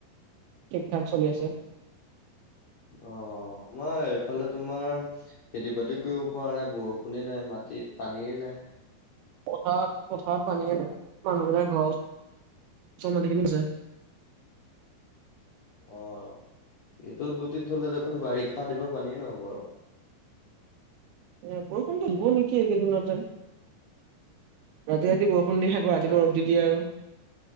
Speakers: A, on the right (about 85°); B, on the left (about 75°).
A: ঠিক ঠাক চলি আছে।
B: অ', আমাৰ এইফালে তোমাৰ খেতি বাতিও কৰিব পৰা নাই বৰষুণেই নাই মাটিত পানীই নাই।
A: পথাৰত পথাৰত পানী মানুহবিলাক ঘৰ ওচৰ মাটিখিনিছে।
B: অ', এইটোত গতিত হ'লে দেখোন বাৰিষা দিবা পানীয়ে নহব আৰু
A: ৰা বৰষুণতো হব নেকি এইকেইদিনতে ৰাতি ৰাতি বৰষুণ দি খাক ৰাতিপুৱ
B: তাকে
A: ৰ'দ দি দিয়ে আৰু।